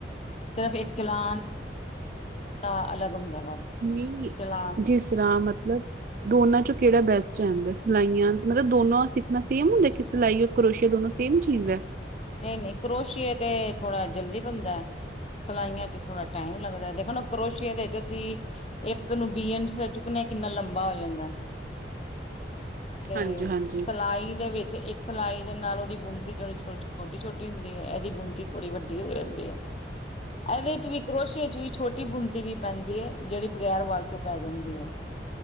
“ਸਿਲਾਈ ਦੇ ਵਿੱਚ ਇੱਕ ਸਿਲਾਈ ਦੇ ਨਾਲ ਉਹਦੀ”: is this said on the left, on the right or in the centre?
Left